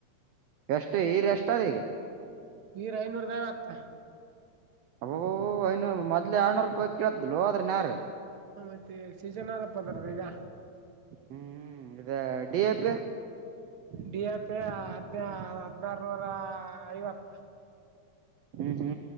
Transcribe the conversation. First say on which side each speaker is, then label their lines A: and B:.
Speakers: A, on the right; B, on the right.
A: ಎಷ್ಟ ಈರ್ ಎಷ್ಟ ಅದ ಈಗ
B: ವೀರ ಐನೂರುದಾಯತ್ತ.
A: ಅಬ್ಬಾ ಅಬ್ಬಾ ಮೊದಲ ಆಡ್ನೂರು ರೂಪಾಯಿ ಕೇಳತದ್ಲು ಅದ್ರನ್ ಯಾರು.
B: ಹ ಮತ್ತೆ ಸೀಜನ್ ಆದಪ್ಪ ಅದರದ ಈಗ.
A: ಹ್ಮ್ ಇದ D A P
B: D A P ಹದಿನ ಹದಿನಾರನೂರ ಐವತ್ತು.
A: ಹೂ ಹೂ